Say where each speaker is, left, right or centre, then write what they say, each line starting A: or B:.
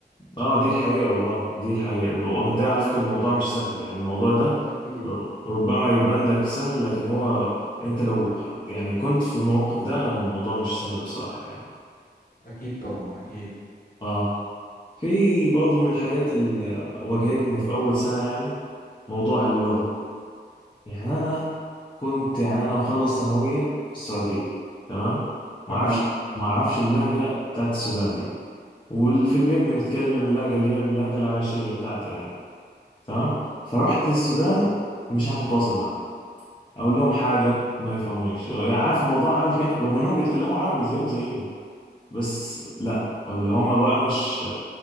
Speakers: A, on the left (about 25°); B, on the left (about 50°).
A: اه دي الحقيقة والله دي الحقيقة وده على فكرة الموضوع مش سهل يعني الموضوع ده
B: أكيد
A: ربما يبان لك سهل لكن هو انت لو ح- يعني كنت في الموقف ده الموضوع مش سهل بصراحة يعني
B: أكيد طبعا أكيد
A: اه في برضه من الحاجات اللي واجهتني في أول سنة يعني موضوع اللغة يعني أنا كنت يعني أنا مخلص ثانوية في السعودية تمام معرفش
B: تمام
A: معرفش اللهجة بتاعت السودان دي وفي البيت بنتكلم اللهجة اللي هي اللهجة العايشية بتاعتي يعني تمام فرحت السودان مش عارف اتواصل معاهم اقول لهم حاجه ما يفهمونيش يعني عارف الموضوع عامل كانك رغم انهم بيتكلموا عربي زيهم زينا بس لا اللي هم بقى مش